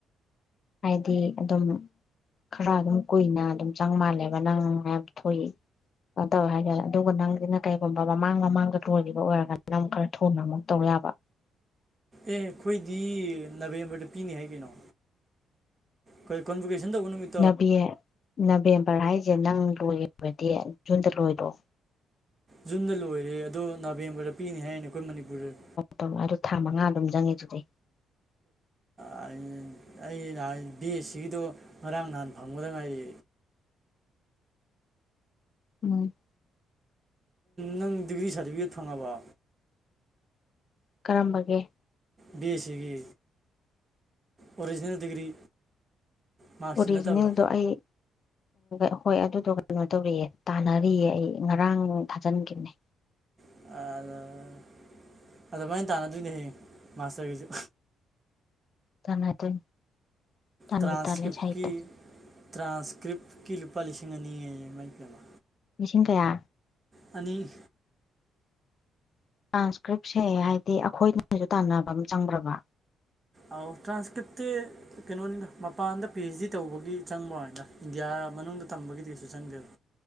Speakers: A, on the left; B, on the right.
A: ꯍꯥꯏꯗꯤ ꯑꯗꯨꯝ ꯈꯔ ꯑꯗꯨꯝ ꯀꯨꯏꯅ ꯑꯗꯨꯝ ꯆꯪ ꯃꯥꯜꯂꯦꯕ ꯅꯪ ꯌꯥꯝ ꯊꯨꯏ ꯇꯧꯋꯦ ꯍꯥꯏꯇꯔꯦ ꯑꯗꯨꯒ ꯅꯪꯁꯤꯅ ꯀꯩꯒꯨꯝꯕ ꯃꯃꯥꯡ ꯃꯃꯥꯡꯗ ꯂꯣꯏꯒꯤꯕ ꯑꯣꯏꯔꯒꯅ ꯂꯝ ꯈꯔ ꯊꯨꯅ ꯑꯃꯨꯛ ꯇꯧ ꯌꯥꯕ
B: ꯑꯦ ꯑꯩꯈꯣꯏꯗꯤ ꯅꯕꯦꯝꯕꯔꯗ ꯄꯤꯅꯤ ꯍꯥꯏ ꯀꯩꯅꯣ ꯀꯦ ꯀꯣꯟꯕꯣꯀꯦꯟ ꯇꯧꯕ ꯅꯨꯃꯤꯠ
A: ꯅꯕꯦ ꯅꯕꯦꯝꯕꯔ ꯍꯥꯏꯁꯦ ꯅꯪ ꯂꯣꯏꯕꯗꯤ ꯖꯨꯟꯗ ꯂꯣꯏꯔꯣ
B: ꯖꯨꯟꯗ ꯂꯣꯏꯔꯦ ꯑꯗꯣ ꯅꯕꯦꯝꯕꯔꯗ ꯄꯤꯅꯤ ꯍꯥꯏꯔꯤꯅꯦ ꯑꯩꯈꯣꯏ ꯃꯅꯤꯄꯨꯔꯗ
A: ꯇꯧꯔꯣ ꯑꯗꯨ ꯊꯥ ꯃꯉꯥ ꯑꯗꯨꯝ ꯆꯪꯉꯤꯗꯨꯗꯤ
B: ꯑꯦ <unintelligible> ꯑꯩꯅ ꯍꯥꯏ ꯕꯤ꯬ ꯑꯦꯁ ꯁꯤꯒꯤꯗꯣ ꯉꯔꯥꯡ ꯅꯍꯥꯟ ꯐꯪꯕꯗ ꯉꯥꯏꯔꯤ
A: ꯎꯝ
B: ꯅꯪ ꯗꯤꯒ꯭ꯔꯤ ꯁꯥꯔꯇꯤꯐꯤꯀꯦꯠ ꯐꯪꯉꯕꯣ
A: ꯀꯔꯝꯕꯒꯤ
B: ꯕꯤ꯬ ꯑꯦꯁ ꯁꯤꯒꯤ ꯑꯣꯔꯤꯖꯤꯅꯦꯜ ꯗꯤꯒ꯭ꯔꯤ ꯃꯥꯔꯛꯁꯤ
A: ꯑꯣꯔꯤꯖꯤꯅꯦꯜꯗꯣ
B: ꯅꯠꯇꯕ
A: ꯑꯩ ꯑꯈꯣꯏ ꯑꯗꯨꯗꯣ ꯀꯩꯅꯣ ꯇꯧꯔꯤꯌꯦ ꯇꯥꯟꯅꯔꯤꯌꯦ ꯑꯩ ꯉꯔꯥꯡ ꯊꯥꯖꯤꯟꯒꯤꯝꯅꯦ
B: ꯑꯥ ꯑꯗꯨꯃꯥꯏꯅ ꯇꯥꯟꯅꯗꯣꯏꯅꯦ ꯍꯌꯦꯡ ꯃꯥꯁꯇ꯭ꯔꯒꯤꯁꯨ
A: ꯇꯥꯟꯅꯗꯣꯏꯅꯤ ꯇꯥꯟꯕꯨ
B: ꯇ꯭ꯔꯥꯟꯁꯀꯤꯞꯀꯤ
A: ꯇꯥꯜꯂꯦ ꯁꯥꯍꯤꯠꯇꯣ
B: ꯇ꯭ꯔꯥꯟꯁꯀ꯭ꯔꯤꯞꯀꯤ ꯂꯨꯄꯥ ꯂꯤꯁꯤꯡ ꯑꯅꯤ ꯍꯥꯏꯌꯦ ꯏꯃꯥꯏ ꯄꯦꯝꯃꯥ
A: ꯂꯤꯁꯤꯡ ꯀꯌꯥ
B: ꯑꯅꯤ
A: ꯇ꯭ꯔꯥꯟꯁꯀ꯭ꯔꯤꯞꯁꯦ ꯍꯥꯏꯗꯤ ꯑꯩꯈꯣꯏꯗꯅꯁꯨ ꯇꯥꯟꯅꯕ ꯑꯝ ꯆꯪꯕ꯭ꯔꯕ
B: ꯑꯧ ꯇ꯭ꯔꯥꯟꯁꯀꯤꯞꯇꯤ ꯀꯩꯅꯣꯅꯤꯗ ꯃꯄꯥꯟꯗ ꯄꯤ꯬ꯑꯩꯩꯆ꯬ ꯗꯤ ꯇꯧꯕꯒꯤ ꯆꯪꯕ ꯋꯥꯅꯤꯗ ꯏꯟꯗꯤꯌꯥ ꯃꯅꯨꯡꯗ ꯇꯝꯕꯒꯤꯗꯤ ꯀꯩꯁꯨ ꯆꯪꯗꯦꯕ